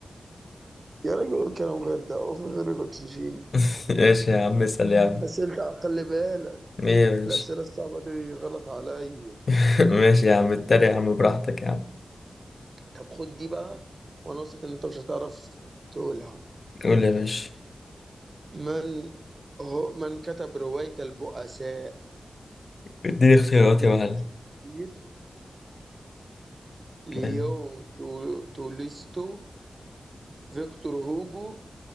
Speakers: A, on the right; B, on the left.
A: يا راجل الكلام غير ده وفي غير الاكسجين
B: <laughs> ماشي يا عم اسأل يا عم
A: اسئله خلي بالك
B: ايه يا باشا
A: الاسئله الصعبه دي غلط عليا
B: <laughs> ماشي يا عم اتريق يا عم براحتك يا عم
A: طب خد دي بقى وانا واثق ان انت مش هتعرف تقولها
B: قول يا باشا
A: من هو من كتب رواية البؤساء
B: اديني اختيارات
A: ويليام
B: يا معلم
A: شكسبير ليو
B: حلو.
A: تو- تولستو فيكتور هوجو